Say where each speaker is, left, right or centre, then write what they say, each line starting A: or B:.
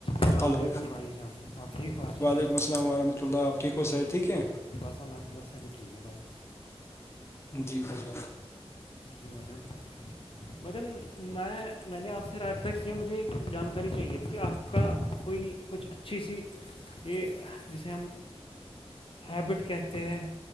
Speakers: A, on the left; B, on the left.
A: السلام
B: ہلو
A: علیکم بھائی جان آپ ٹھیک ہو اچھے
B: وعلیکم
A: سے
B: السلام ورحمۃ اللہ آپ ٹھیک کوو سا ٹھیک ہے
A: بس الونت پلس سے بھی ٹھیک ہے بھائی
B: جی بجے
A: یہ وجن بجن میں میں نے آپ سے رابطہ کیا مجھے ایک جانکاری چاہیے تھی آپ کا کوئی کچھ اچھی سی یہ جسے ہم ہیبٹ کہتے ہیں